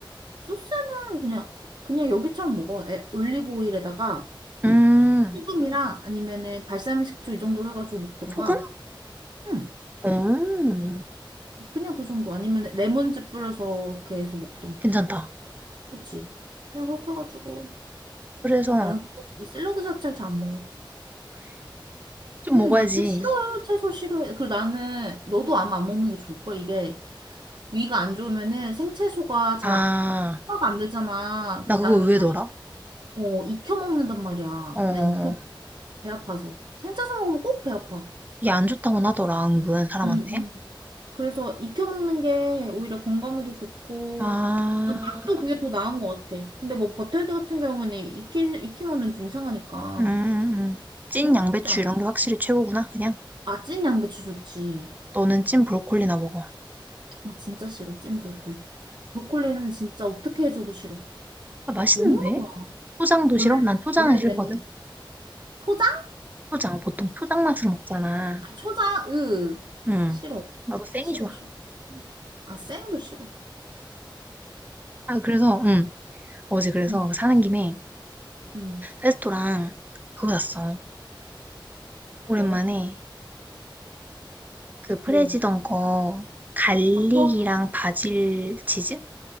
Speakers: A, on the right; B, on the right.
A: 소스는 그냥, 그냥 여기처럼 먹어. 에, 올리브 오일에다가
B: 음,
A: 소금이랑 아니면은 발사믹 식초 이 정도로 해가지고 먹던가.
B: 소금?
A: 응.
B: 어.
A: 그냥 그 정도. 아니면 레몬즙 뿌려서 이렇게 해서 먹던가.
B: 괜찮다.
A: 그치? 그냥 그렇게 해가지고.
B: 그래서
A: 나는 그거- 이 샐러드 자체를 잘 안 먹어.
B: 좀
A: 응,
B: 먹어야지.
A: 나 진짜 싫어요. 채소 싫어해. 그리고 나는 너도 아마 안 먹는 게 좋을걸. 이게 위가 안 좋으면은 생채소가 잘
B: 아,
A: 소화가 안 되잖아.
B: 나
A: 그래서
B: 그거
A: 나는
B: 의외더라.
A: 다 익- 어, 익혀 먹는단 말이야.
B: 어,
A: 나 익혀 배 아파서. 생채소 먹으면 꼭 배 아파.
B: 이게 안 좋다고는 하더라, 은근 사람한테.
A: 응응. 그래서 익혀 먹는 게 오히려 건강에도 좋고
B: 아,
A: 그냥 맛도 그게 더 나은 것 같아. 근데 뭐 버터헤드 같은 경우는 익히, 익히면은 좀 이상하니까
B: 음, 음, 음. 찐
A: 그런
B: 양배추
A: 거 굳이 안.
B: 이런 게 확실히 최고구나, 그냥.
A: 아, 찐 양배추 좋지.
B: 너는 찐 브로콜리나 먹어.
A: 아, 진짜 싫어. 찐 브로콜리. 브로콜리는 진짜 어떻게 해줘도 싫어.
B: 아, 맛있는데?
A: 왜 먹는 거야?
B: 초장도
A: 벌레,
B: 싫어? 난 초장은
A: 벌레
B: 싫거든.
A: 냄새. 포장?
B: 초장, 보통 초장 맛으로 먹잖아.
A: 아, 초장, 으.
B: 응.
A: 싫어.
B: 나도 생이
A: 싫어,
B: 좋아.
A: 싫어. 아, 생도 싫어.
B: 아, 그래서, 응. 어제 그래서
A: 응,
B: 그 사는 김에
A: 응.
B: 레스토랑 그거 샀어. 오랜만에
A: 뭐?
B: 그 프레지던
A: 뭐?
B: 거 갈릭이랑
A: 버터?
B: 바질 치즈?